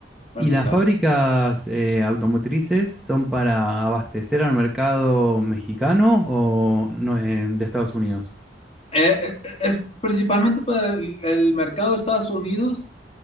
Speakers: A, on the left; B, in the centre.
A: para
B: Y
A: empezar.
B: las fábricas eh, automotrices son para abastecer al mercado mexicano o no, eh, de Estados Unidos.
A: Eh, eh, es principalmente para el, el mercado de Estados Unidos